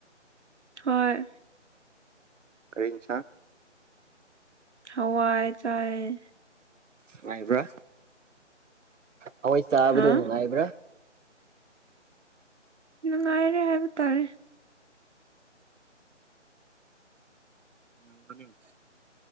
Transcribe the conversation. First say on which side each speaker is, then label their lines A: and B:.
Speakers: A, on the right; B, on the right.
A: ꯍꯣꯏ
B: ꯀꯔꯤ ꯢꯟꯁꯥꯡ
A: ꯍꯋꯥꯢ ꯆꯥꯢꯌꯦ
B: ꯅꯨꯡꯉꯥꯏꯕ꯭ꯔꯥ ꯍꯋꯥꯏ ꯆꯥꯕꯗꯣ
A: ꯍꯥ
B: ꯅꯨꯡꯉꯥꯏꯕ꯭ꯔꯥ
A: ꯅꯨꯡꯉꯥꯏꯔꯦ ꯍꯥꯏꯕ ꯇꯥꯔꯦ
B: ꯅꯨꯡꯉꯥꯏꯕꯅꯦ